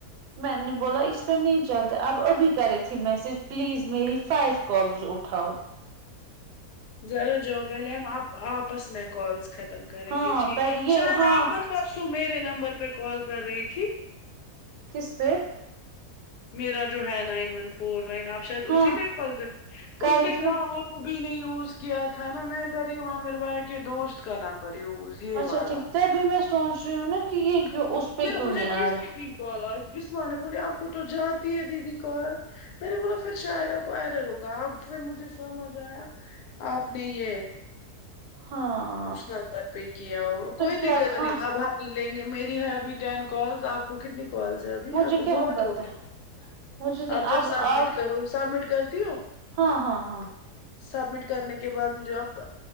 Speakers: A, on the right (about 80°); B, on the left (about 80°).
A: میں نے بولا اس پہ نہیں چلتا اب ابھی کری تھے میسج پلیز میری فائف کالز اٹھاؤ
B: ضرور جاؤ پہلے ہم آپ آپس میں کالس ختم کریں
A: ہاں
B: گے ٹھیک
A: پر یہ
B: شاید
A: ہاں
B: آپ پرسوں میرے نمبر پر کال کر رہی تھی
A: کس پہ
B: میرا جو ہے نائن ون فور نائن آپ شاید
A: ہاں
B: اسی پہ کال کر
A: کر
B: اس
A: رہی
B: پہ
A: تھی
B: کہاں
A: نا
B: بھی نے یوز کیا تھا نا میں کری وہاں میرے بھائی کے دوست کا نمبر یوز یہ
A: اچھا
B: والا
A: ٹھیک تبھی میں سوچ رہی ہو نا کی یہ جو اس پہ
B: پھر
A: کیوں
B: مجھے
A: نہیں آ
B: کس
A: رہا
B: نے
A: ہے۔
B: کی کال آج بسماں نے بولی آپ کو تو جاتی ہے دیدی کال میں نے بولا پھر شایرہ کو آئرر ہوگا اب پھر مجھے سمجھ آیا آپ نے یہ
A: ہاں
B: اس نمبر پہ کیا اور کوئی
A: کیا
B: دقت
A: کھا
B: نہیں اب ہم مل لیں گے میری ہے ابھی ٹین کالس آپ کو کتنی کالز ہے ابھی
A: مجھے
B: آپ کو
A: کیا
B: بہت
A: پتہ
B: ہوگی
A: ہے مجھے نہیں
B: آپ جب
A: اب
B: سبمٹ
A: آپ
B: کرو سبمٹ کر دی ہو
A: ہاں ہاں ہاں
B: سبمٹ کرنے کے بعد مجھے آپ